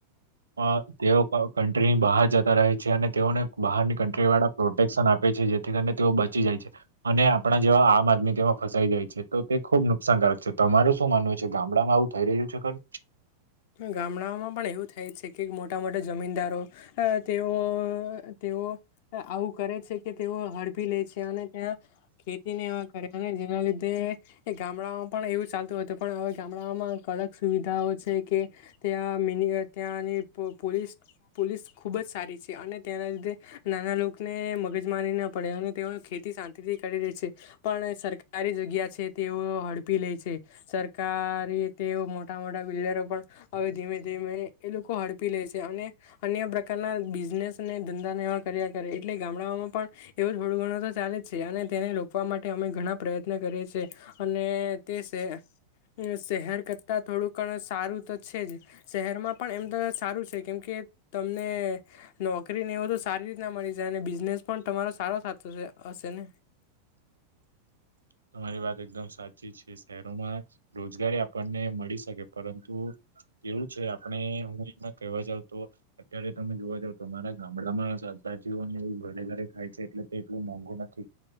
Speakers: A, on the right; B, on the left.
A: અ તેઓ ક કન્ટ્રીની બહાર જતા રહે છે અને તેઓને બહારની કન્ટ્રી વાળા પ્રોટેક્શન આપે છે જેથી કરીને તેઓ બચી જાય છે અને આપણા આમ આદમી તેમાં ફસાઈ જાય છે તો તે ખુબ નુકસાનકારક છે તો અમારે શું માનવું છે ગામડામાં આવું થઈ રહ્યું છે ખર
B: ગામડાઓમાં પણ એવું થાય છે કે મોટા મોટા જમીનદારો અ તેઓ, તેઓ આવું કરે છે કે તેઓ હડપ આપી લે છે અને ત્યાં ખેતી ને એવા કરે જેના લીધે એ ગામડામાં પણ એવું ચાલતું હતું પણ હવે ગામડાઓમાં ક અલગ સુવિધા સારું છે કે ત્યાં મિનિવે, ત્યાંની પો, પોલીસ, પોલીસ ખૂબ જ સારી છે. અને ત્યાના લીધે નાના લોકોને મગજમારી ના પડે અને તે ખેતી શાંતિ થી કરી દે છે પણ સરકારી જગ્યા છે તેઓ હડપી લે છે સરકારી તેઓ મો મોટા મોટા બિલ્ડરો પણ હવે ધીમે ધીમે એ લોકો હડપી લે છે અને અન્ય પ્રકારના બિઝ બિઝનેસને ધંધાને એવા કર્યા કરે એટલે ગામડાઓમાં પણ એવુ થોડું ઘણું તો ચાલે જ છે અને તેને રોકવામાં માટે અમે ઘણા પ્રયત્ન કરીએ છે અને તે સહે, સહેર કરતા તો થોડુંઘણ સારું તો છે જ. સહેરમાં પણ એમ તો સારું છે કેમકે તમને નોકરી ને એવું તો સારી રીતના મળી જાય અને બિઝનેસ પણ તમારો સારો થાતો સે, હશે ને?
A: <inaudible> તમારી વાત એકદમ સાચી છે સહેરોમાં રોજગારી આપણને મળી શકે પરંતુ કેવું છે આપણે હું એમાં કવા જાઉં તો અત્યારે તમે જોવા જાવ તો મારા ગામડામાં ચાલતા જ તો ને એવું ઘરે ઘરે ખાય છે એટલે એટલું મોંઘું નથી